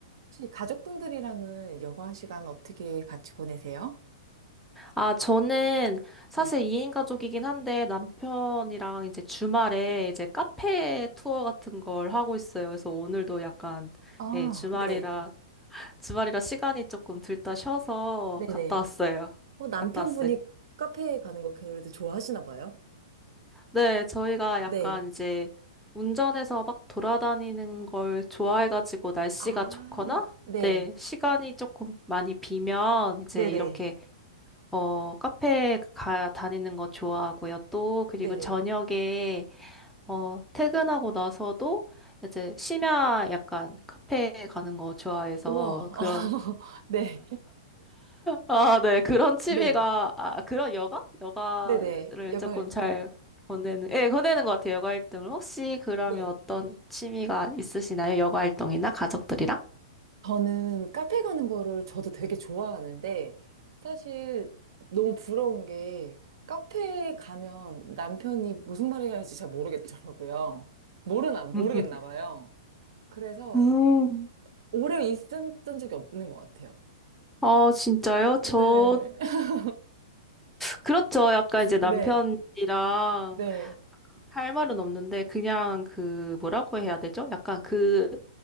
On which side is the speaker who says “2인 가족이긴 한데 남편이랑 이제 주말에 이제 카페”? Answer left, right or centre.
Centre